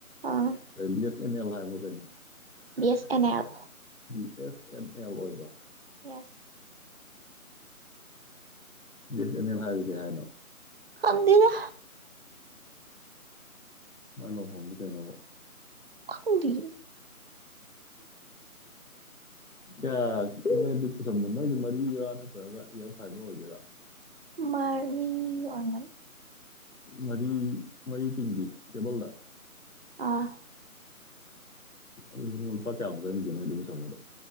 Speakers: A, on the right; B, on the left.
A: ꯑꯥ
B: ꯕꯤ ꯑꯦꯁ ꯑꯦꯟ ꯑꯦꯜ ꯍꯥꯏꯕ ꯀꯩꯅꯣ
A: ꯕꯤꯁ N L
B: B S N L ꯑꯣꯏꯕ꯭ꯔꯥ
A: ꯌꯦꯁ
B: ꯕꯥ ꯑꯦꯁ ꯑꯟ ꯑꯜ ꯍꯥꯏꯖꯦ ꯀꯩꯅꯣ
A: ꯈꯪꯗꯦꯗ
B: ꯃꯥꯏ ꯂꯣꯡ ꯐꯣꯝꯖꯦ ꯀꯩꯅꯣꯕ
A: ꯈꯪꯗꯦꯌꯦ
B: ꯀꯌꯥ ꯅꯣꯏꯗ ꯃꯔꯤꯗꯣꯏꯔꯥ ꯅꯠꯇ꯭ꯔꯒ ꯏꯌꯥꯔ ꯐꯥꯏꯕꯔ ꯑꯣꯏꯗꯣꯏꯔꯥ
A: ꯃꯔꯤ ꯐꯣꯢꯔꯝꯒꯅꯤ
B: ꯃꯔꯤ ꯃꯔꯤ ꯇꯤꯡꯗꯤ ꯀꯦꯕꯜꯗ
A: ꯑ
B: ꯑꯗꯨ ꯄꯊꯦ ꯁꯦ ꯃ ꯑꯗꯨꯝꯁꯗꯣ